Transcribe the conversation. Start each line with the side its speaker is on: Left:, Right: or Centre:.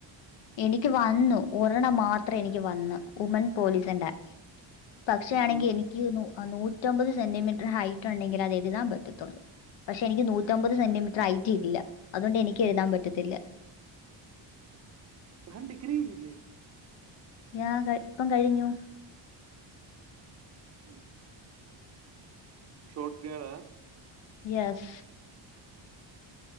Left: എനിക്ക് വന്നു ഒരെണ് മാത്രം എനിക്ക് വന് ഉമൻ പോലീസിന്റെ. പക്ഷെ
Right: മ്മ്.
Left: ആണെങ്കിൽ എനിക്ക് നൂറ്റമ്പത് സെന്റിമീറ്റർ ഹൈറ്റ് ഉണ്ടെങ്കിലെ അത് എഴുതാൻ പറ്റത്തുള്ളൂ. പക്ഷെ എനിക്ക് നൂറ്റമ്പത് സെന്റിമീറ്റർ ഹൈറ്റ് ഇല്ല അതുകൊണ്ട് എനിക്ക് എഴുതാൻ പറ്റത്തില്ല.
Right: താൻ ഡിഗ്രി കഴിഞ്ഞില്ലേ?
Left: ഞാ ഇത ഇപ്പം കഴിഞ്ഞു.
Right: ഉം ഷോട്ട് ഗേളാ?
Left: യെസ്